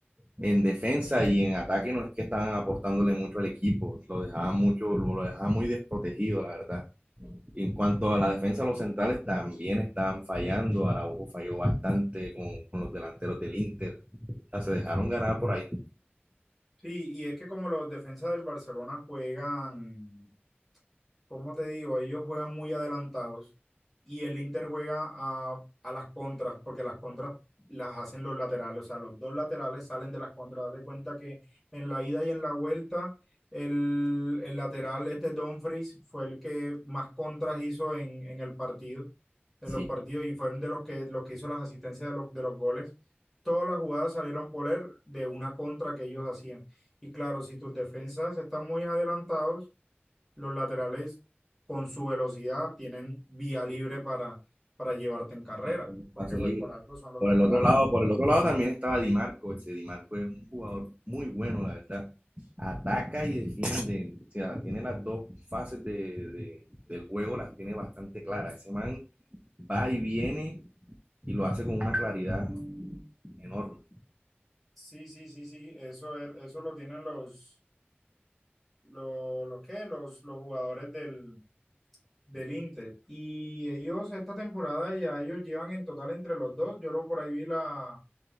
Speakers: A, on the right (about 30°); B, in the centre.
A: en defensa y en ataque no es que estaban aportándole mucho al equipo, lo dejaban mucho, lo lo dejaban muy desprotegido, la verdad. en cuanto a la defensa, los centrales también están fallando. Araujo falló bastante con, con los delanteros del Inter. O sea, se dejaron ganar por ahí.
B: Sí, y es que como los defensas del Barcelona juegan como te digo, ellos juegan muy adelantados y el Inter juega a, a las contras, porque las contras las hacen los laterales, o sea, los dos laterales salen de las contras. Date cuenta que en la ida y en la vuelta, el, el lateral, este Dumfries, fue el que más contras hizo en, en el partido, en
A: Sí,
B: los partidos, y fueron de los que, los que hizo las asistencias de los, de los goles. Todas las jugadas salieron por él de una contra que ellos hacían. Y claro, si tus defensas están muy adelantados, los laterales con su velocidad tienen vía libre para, para llevarte en carrera,
A: en un espacio
B: porque pues
A: libre.
B: por algo son los
A: Por
B: laterales.
A: el otro lado, por el otro lado también estaba Di Marco. Ese Di Marco es un jugador muy bueno, la verdad. Ataca y defiende. O sea, tiene las dos fases de, de- del juego, las tiene bastante claras. Ese man va y viene y lo hace con una claridad enorme.
B: Sí, sí, sí, sí, eso, es, eso lo tienen los, los, los, ¿qué? los, los jugadores del, del Inter. Y ellos esta temporada ya ellos llevan en total entre los dos, yo lo por ahí vi la,